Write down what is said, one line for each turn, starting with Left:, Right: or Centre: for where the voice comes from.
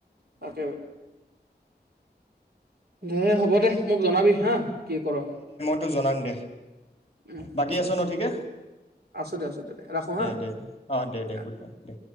Right: তাকেব দে হ'ব দে মোক জনাবি হা কি কৰ
Left: টো জনাম দে
Right: উম
Left: বাকী
Right: দে
Left: আছ ন ঠিকে
Right: আছো দে আছো দে ৰাখো
Left: দে
Right: হা
Left: দে দে অঁ দে দে
Right: অ
Left: গুড নাইট দে